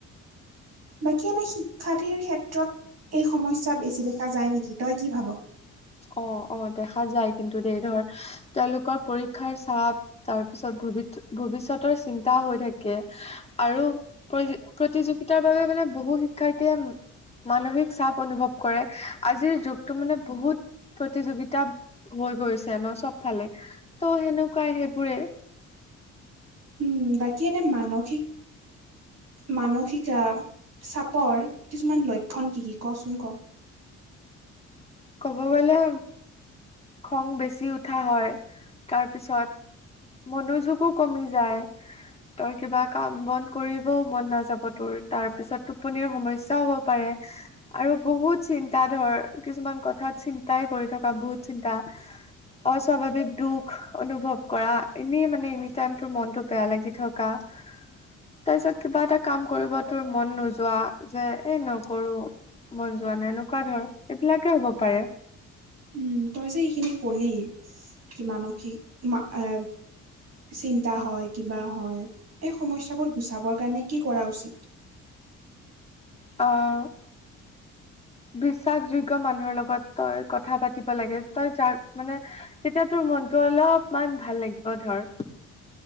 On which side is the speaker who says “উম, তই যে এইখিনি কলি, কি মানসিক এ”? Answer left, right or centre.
Right